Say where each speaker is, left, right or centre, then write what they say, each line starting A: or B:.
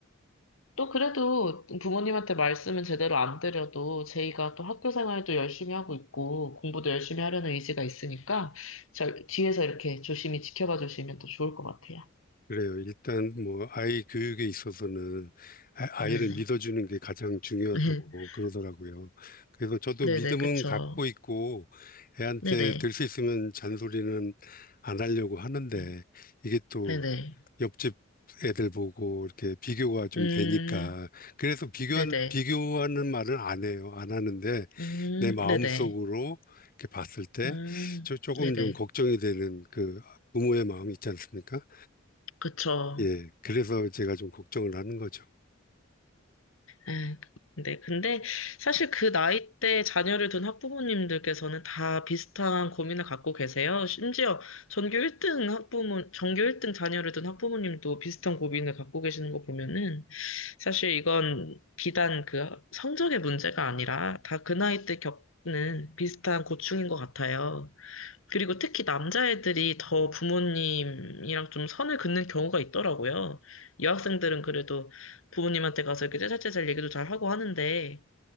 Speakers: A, on the left; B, on the left.
A: 또 그래도 부모님한테 말씀은 제대로 안 드려도 제이가 또 학교 생활도 열심히 하고 있고 공부도 열심히 하려는 의지가 있으니까 저 뒤에서 이렇게 조심히 지켜봐 주시면 더 좋을 것 같아요.
B: 그래요. 일단 뭐 아이 교육에 있어서는 아-
A: 네네.
B: 아이를 믿어주는 게 가장 중요하다고
A: <laughs>
B: 그러더라고요. 그래서 저도
A: 네네,
B: 믿음은
A: 그쵸.
B: 갖고 있고 애한테
A: 네네.
B: 될 수 있으면 잔소리는 안 하려고 하는데
A: 네.
B: 이게 또
A: 네네.
B: 옆집 애들 보고 이렇게 비교가 좀
A: 음,
B: 되니까 그래서 비교한
A: 네네.
B: 비교하는 말을 안 해요. 안 하는데
A: 음,
B: 내 마음속으로
A: 네네.
B: 이렇게 봤을 때
A: 음,
B: 저, 조금
A: 네네.
B: 좀 걱정이 되는 그 부모의 마음이 있지 않습니까?
A: 그쵸.
B: 예. 그래서 제가 좀 걱정을 하는 거죠.
A: 예, 네, 근데 사실 그 나이 대 자녀를 둔 학부모님들께서는 다 비슷한 고민을 갖고 계세요. 심지어 전교 1등 학부모, 전교 1등 자녀를 둔 학부모님도 비슷한 고민을 갖고 계시는 거 보면은 사실 이건 비단 그 성적의 문제가 아니라 다 그 나이 때 겪는 비슷한 고충인 것 같아요. 그리고 특히 남자애들이 더 부모님이랑 좀 선을 긋는 경우가 있더라고요. 여학생들은 그래도 부모님한테 가서 이렇게 째잘째잘 얘기도 잘 하고 하는데,